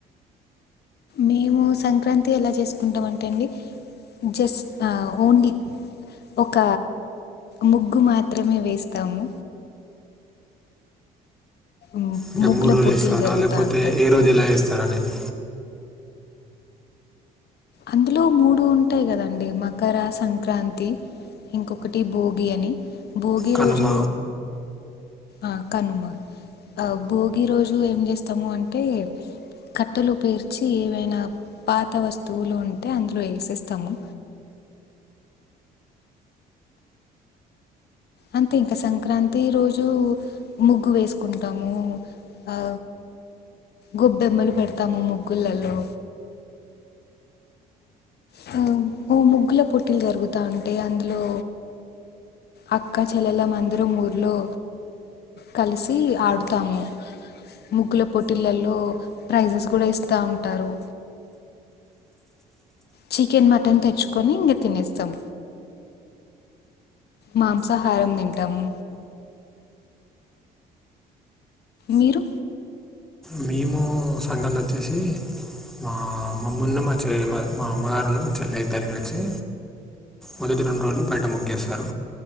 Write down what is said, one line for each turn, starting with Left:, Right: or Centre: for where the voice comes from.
Left: మేము సంక్రాంతి ఎలా చేసుకుంటాం అంటే అండి జస్ ఆ ఓన్లీ ఒక ముగ్గు మాత్రమే వేస్తాము మ్,
Centre: అంటే
Left: ముగ్గుల
Centre: మూడు రోజులు
Left: పోటీలు
Centre: ఏస్తారా
Left: జరుగుతూ
Centre: లేకపోతే
Left: ఉంటాయి
Centre: ఏ రోజు ఎలా వేస్తారనేది
Left: అందులో మూడు ఉంటాయి కదండి మకర సంక్రాంతి ఇంకొకటి భోగి అని భోగి
Centre: కనుమ
Left: రోజు ఆ కనుమ ఆ భోగి రోజు ఏం చేస్తాము అంటే కట్టెలు పేర్చి ఏవైనా పాత వస్తువులు ఉంటే అందులో ఏసేస్తాము అంతే ఇంక సంక్రాంతి రోజు ముగ్గు వేసుకుంటాము ఔ గొబ్బెమ్మలు పెడతాము ముగ్గులల్లో ఆ, ఓ ముగ్గుల పోటీలు జరుగుతా ఉంటే అందులో అక్కచెల్లెలం అందరం ఊర్లో కలిసి ఆడుతాము ముగ్గుల పోటీలల్లో ప్రైసెస్ కూడా ఇస్తా ఉంటారు చికెన్ మటన్ తెచ్చుకొని ఇంగ తినేస్తాం మాంసాహారం తింటాము మీరు
Centre: మేము ఉ సంగం ల వచ్చేసి మా అమ్మమ్మలను మా చె మా మా అమ్మగారును చెల్లె ఇద్దరిని కలిసి మొదటి రెండు రోజులు బయట ముగ్గేేస్తారు